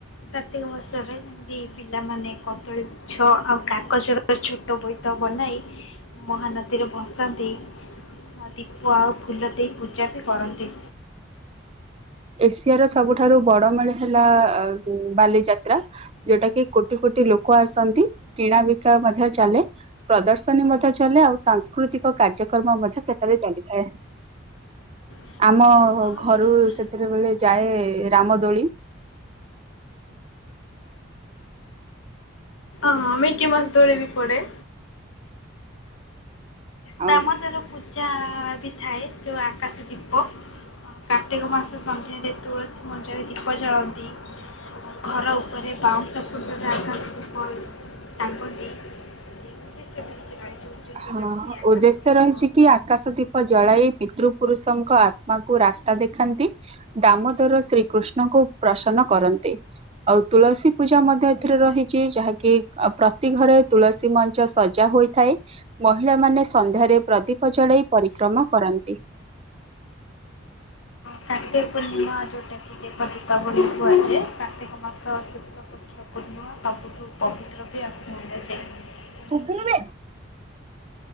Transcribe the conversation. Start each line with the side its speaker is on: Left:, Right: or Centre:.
Left: କାର୍ତ୍ତିକ ମାସରେ। ନ୍ତି ପିଲାମାନେ କଦଳୀ ଗୁଛ ଆଉ କାଗଜର ଛୋଟ ବୋଇତ ବନାଇ ମହାନଦୀରେ ଭସାନ୍ତି। ଆଉ ଦୀପ ଆଉ ଫୁଲ ଦେଇ ପୂଜା ବି କରନ୍ତି।
Right: ଏସିଆର ସବୁଠାରୁ ବଡ ମେଳା ହେଲା ବାଲିଯାତ୍ରା। ଯୋଉଟା କି କୋଟି କୋଟି ଲୋକ ଆସନ୍ତି କିଣା ବିକା ମଧ୍ୟ ଚାଲେ। ପ୍ରଦର୍ଶନୀ ମଧ୍ୟ ଚାଲେ ଆଉ ସାଂସ୍କୃତିକ କାର୍ଯ୍ୟକ୍ରମ ମଧ୍ୟ ସେଠାରେ ଚାଲିଥାଏ।
Left: ହଁ,
Right: ଆମ
Left: ଆହୁରି
Right: ଘରୁ
Left: କିଛି
Right: ସେତବେଳେ ଯାଏ ରାମ ଦୋଳି।
Left: ହଁ ମିକି ମାଉସ ଦୋଳି ବି ପଡେ।
Right: ଆଉ
Left: ଦାମୋଦର ପୂଜା ବି ଥାଏ ଯୋଉ ଆକାଶ ଦୀପ। କାର୍ତ୍ତିକ ମାସ ସନ୍ଧ୍ୟାରେ ତୁଳସୀ ମଞ୍ଚରେ ଦୀପ ଜାଳନ୍ତି। ଘର ଉପରେ ବାଉଁଶ ଖୁଣ୍ଟରେ ଆକାଶ ଦୀପ ଟାଙ୍ଗନ୍ତି। ଉଦ୍ଦେଶ୍ୟ ବି କିଛି ରହିଛି ଉଦ୍ଦେଶ୍ୟ
Right: ହଁ,
Left: ଯେମିତି ଆକାଶ
Right: ଉଦ୍ଦେଶ୍ୟ
Left: ଦୀପ
Right: ରହିଛି କି, ଆକାଶ ଦୀପ ଜଳାଇ ପିତୃ ପୁରୁଷଙ୍କ ଆତ୍ମାକୁ ରାସ୍ତା ଦେଖାନ୍ତି ଦାମୋଦର ଶ୍ରୀକୃଷ୍ଣଙ୍କୁ ପ୍ରସନ୍ନ କରନ୍ତି, ଆଉ ତୁଳସୀ ପୂଜା ମଧ୍ୟ ଏଥିରେ ରହିଛି, ଯାହାକି ପ୍ରତି ଘରେ ତୁଳସୀ ମଞ୍ଚ ସଜା ହୋଇଥାଏ। ମହିଳାମାନେ ସନ୍ଧ୍ୟାରେ ପ୍ରଦୀପ ଜଳେଇ ପରିକ୍ରମା କରନ୍ତି।
Left: କାର୍ତିକ ପୂର୍ଣ୍ଣିମା ଯଉଟାକି ଦେବ ଦୀପାବଳି କୁୁହାଯାଏ, କାର୍ତିକ ମାସ ଶୁକ୍ଲ
Right: <unintelligible>
Left: ସବୁଠୁ ପବିତ୍ର ବି ଆକୁ ମନାଯାଏ। ଏମିତି
Right: ଶୁବୁନିବେ।